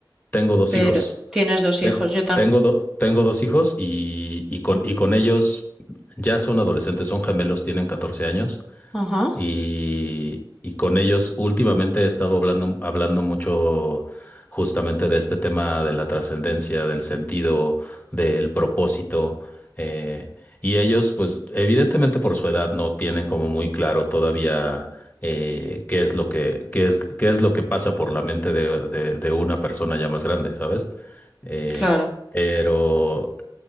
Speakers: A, on the left; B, in the centre.
A: Tengo dos
B: pero
A: hijos.
B: tienes dos
A: Te-
B: hijos. Yo también.
A: tengo, do- tengo dos hijos y, y con, y con ellos ya son adolescentes, son gemelos, tienen 14 años.
B: Ajá,
A: y, y con ellos últimamente he estado hablando, hablando mucho justamente de este tema de la trascendencia, del sentido, del propósito. eh, y ellos, pues evidentemente por su edad no tienen como muy claro todavía eh, qué es lo que, qué es, qué es lo que pasa por la mente de, de- de una persona ya más grande, ¿sabes? Eh,
B: claro.
A: pero